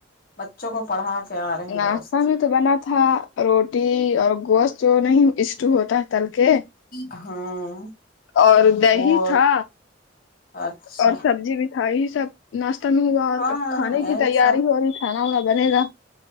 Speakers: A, on the left; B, on the left.
A: بچوں کو پڑھا کے آ رہے ہیں
B: ناشتہ
A: دوست
B: میں تو بنا تھا روٹی اور گوشت جو نہیں اسٹو ہوتا ہے تل کے
A: ہاں
B: اور دہی
A: وہ
B: تھا
A: اچھا
B: اور سبزی بھی تھا ہی سب ناشتہ میں ہوگا اور
A: ہاں
B: اب کھانے
A: یہی
B: کی تیاری
A: سب
B: ہو رہی کھانا وانا بنے گا